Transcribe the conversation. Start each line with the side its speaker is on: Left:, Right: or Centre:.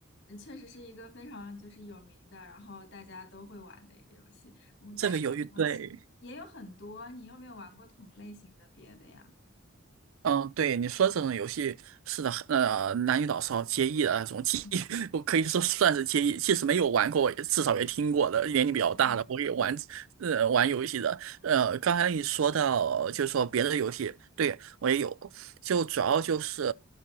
Left: 呃确实是一个非常就是有名的，然后大家都会玩的一个游戏。嗯，
Right: 这个犹豫对，
Left: 但是这个游戏也有很多，你有没有玩过同类型的别的呀？
Right: 嗯，对，你说这种游戏是的，呃，男女老少皆宜的那种，既
Left: 嗯
Right: <laughs> 我可以说算是皆宜，即使没有玩过，也至少也听过的。年龄比较大的，
Left: 对对对，
Right: 我也玩，呃，玩游戏的。呃，刚才你说到，就是说别的游戏，对，我也有，就主要就是，